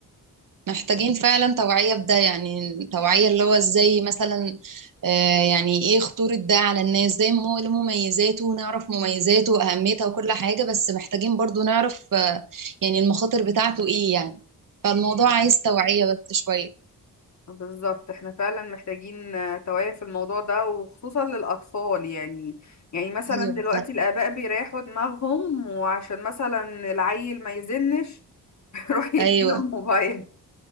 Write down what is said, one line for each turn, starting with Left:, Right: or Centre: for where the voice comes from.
Right: محتاجين فعلا توعية بده يعني توعية اللي هو ازاي مثلا آه يعني ايه خطورة ده على الناس زي ما هو له مميزاته ونعرف مميزاته وأهميتها وكل حاجة بس محتاجين برضو نعرف آه يعني المخاطر بتاعته ايه يعني فالموضوع عايز توعية بس شوية
Left: بالظبط احنا فعلا محتاجين آه، توعية في الموضوع ده وخصوصا للأطفال يعني يعني مثلا
Right: ايوه
Left: دلوقتي
Right: فعلا.
Left: الآباء بيريحوا دماغهم وعشان مثلا العيل ما يزنش <laughs> يروح يديله
Right: ايوه
Left: الموبايل